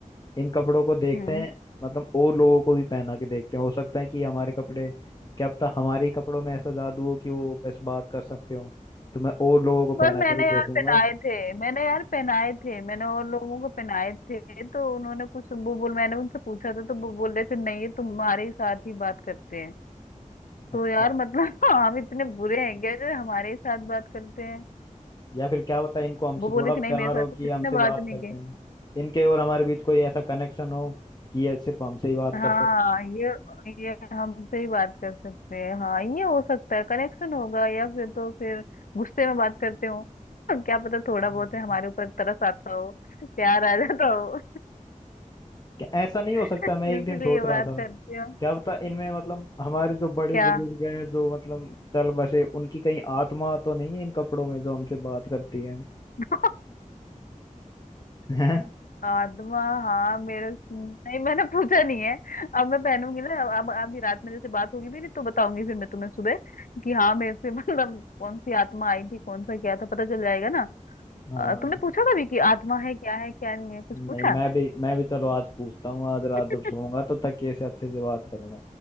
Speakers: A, on the left; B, on the left.
A: इन कपड़ों को देखते
B: हम्म
A: हैं मतलब और लोगों को भी पहना के देखते हैं हो सकता है कि हमारे कपड़े क्या पता हमारे ही कपड़ों में ऐसा जादू हो कि वो बस बात कर सकते हो तो मैं और लोगों को पहना
B: पर मैंने
A: के भी
B: यार
A: देखूंगा
B: पहनाए थे मैंने यार पहनाए थे मैंने और लोगों को पहनाए थे तो उन्होंने कुछ वो बोल मैंने उनसे पूछा था तो वो बोल रहे थे नहीं ये तुम्हारे ही साथ ही बात करते हैं तो
A: अच्छा
B: यार मतलब <laughs> हम इतने बुरे हैं क्या जो हमारे ही साथ बात करते हैं
A: या फिर क्या पता इनको हमसे
B: वो बोली
A: थोड़ा
B: थी
A: प्यार
B: नहीं मेरे साथ
A: हो कि
B: तो किसी
A: ये हमसे
B: ने
A: बात
B: बात नहीं
A: करते
B: की
A: हैं इनके और हमारे बीच कोई ऐसा कनेक्शन हो कि ये सिर्फ हमसे ही बात
B: हाँ
A: कर सकते
B: ये ये हमसे ही बात कर सकते हैं हाँ ये हो सकता है कनेक्शन होगा या फिर तो फिर गुस्से में बात करते हो <laughs> क्या पता थोड़ा
A: हैं।
B: बहुत है हमारे ऊपर तरस आता हो प्यार आ जाता हो
A: क्या ऐसा नहीं हो
B: <laughs>
A: सकता मैं
B: इसलिए
A: एक दिन सोच रहा
B: बात
A: था
B: करते हो
A: क्या पता इनमें मतलब हमारे जो बड़े
B: क्या
A: बुजुर्ग हैं जो मतलब चल बसे उनकी कहीं आत्मा तो नहीं है इन कपड़ों में जो हमसे बात करती है
B: <laughs>
A: हैं?
B: आत्मा हाँ मेरे नहीं मैंने पूछा नहीं है अब मैं पहनूंगी ना अब अभी रात में जैसे बात होगी मेरी तो बताऊंगी फिर मैं तुम्हें सुबह कि हाँ मेरे से <laughs> मतलब कौन सी आत्मा आई थी कौन सा क्या था पता चल जाएगा ना
A: <laughs> हाँ
B: अ, तुमने पूछा कभी कि आत्मा है क्या है क्या नहीं है कुछ
A: नहीं
B: पूछा
A: मैं भी मैं भी चलो आज पूछता हूँ आज रात
B: <laughs>
A: जब सोऊंगा तो तकिए से अच्छे से बात करूंगा